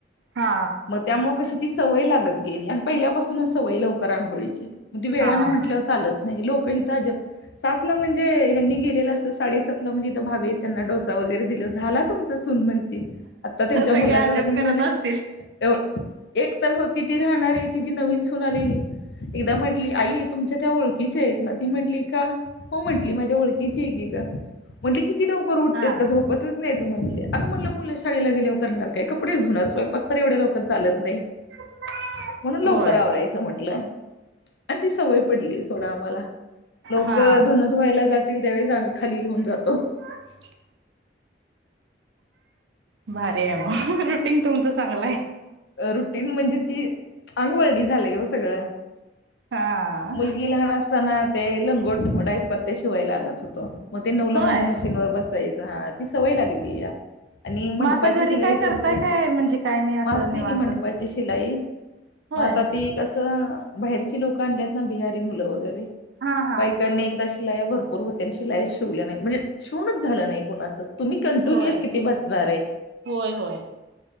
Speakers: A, on the right; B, on the left.
A: हा
B: मग त्यामुळे कशी ती सवय लागत गेली आणि पहिल्यापासूनच सवय लवकर आंघोळीची. मग त वेळानं
A: हा
B: म्हटलंवर चालत नाही. लो कहीताजप सात ला म्हणजे हयांनी गेलेलं असतं साडेसातला म्हणजे भाभी त्यांना डोसा वगैरे दिला झाला तुमचा सनमनती आता त्यांच्या
A: सगळे
B: मुलाच
A: अजब
B: लग्न
A: करत
B: झालंय.
A: असतील
B: ए एक तर होती ती राहणारी तिची नवीन सून आलेली एकदा म्हंटली आई तुमच्या त्या ओळखीच्या आहेत ना ती म्हंटली का हो म्हंटली माझ्या ओळखीची आहे की ग म्हंटल किती लवकर उठतेत
A: हा
B: का झोपतच नाही तू म्हटले अगं म्हटलं मुलं शाळेला गेले व करणार काय कपडेच धुणार तर एवढ्या स्वयपाक लवकर चालत नाही.
A: <inaudible>
B: म्हणून लवकर
A: होय
B: आवरायचं म्हटलं आणि ती सवय पडली सोडा आम्हाला. लोक
A: हा
B: धुन धुव्हायला जातील त्यावेळेच आम्ही खाली घेऊन जातो.
A: <inaudible> भारी आहे मग रुटींग तुमचं. चांगलं आहे
B: रुटीन म्हणजे ती अंगवळणी झालय हो सगळं.
A: हा
B: मुलगी लहान असताना ते लंगोट डाईपर शिवायला आणत होतो. मग ते नऊला
A: होय
B: म्हणजे मशीन वर बसायचं हा ती सवय लागलीया. आणि मंडपाची
A: मग आता घरी
B: शिलाई
A: काय करताय
B: करती
A: काय म्हणजे काय नाही असं
B: आस्ती
A: निवांतच
B: की मंडपाची शिलाई.
A: होय
B: मग आता ती कस बाहेरची लोक आण बिहारी मुलं वगैरे
A: हा हा
B: बायकांनी एकदा शिलाया भरपूर होत आणि शिलाया शिवल्या नाहीत म्हणजे शिवनच झालं नाही कुणाच तुम्ही कंटिन्युअस
A: होय
B: किती बसणार आहे.
A: होय होय